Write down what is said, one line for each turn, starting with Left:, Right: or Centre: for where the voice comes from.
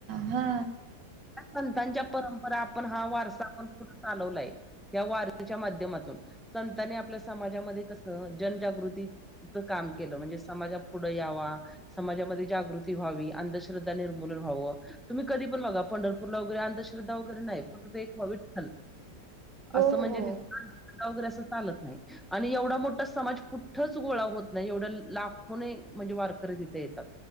Right: हा
Centre: त्या संतांच्या परंपरा आपण हा वारसा आपण पुढं चालवलाय. या वारीच्या माध्यमातून संतांनी आपल्या समाजामध्ये कस जनजागृती काम केलं म्हणजे समाजा पुढं यावा. समाजामध्ये जागृती व्हावी. अंधश्रद्धा निर्मूलन व्हांव. तुम्ही कधी पण बघा पंढरपू वगैरे अंधश्रद्धा वगैरे नाही फक्त एक ह विठ्ठल
Right: हो
Centre: असं म्हणजे
Right: हो
Centre: तिथ वगैरे असं चालत नाही आणि एवढा मोठा समाज कुठंच गोळा होत नाही एवढ्या लाखोने म्हणजे वारकरी तिथे येतात